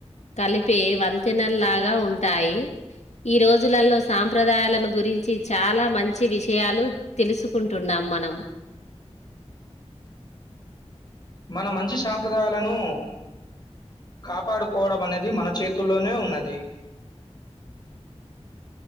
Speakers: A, on the left; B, on the left.
A: కలిపి వంతెనల్లాగా ఉంటాయి. ఈ రోజులలో సాంప్రదాయాలను గురించి చాలా మంచి విషయాలు తెలుసుకుంటున్నాము. మనం.
B: మనం మంచి సాంప్రదాయాలను. కాపాడుకోవడం అనేది మన చేతుల్లోనే ఉన్నది.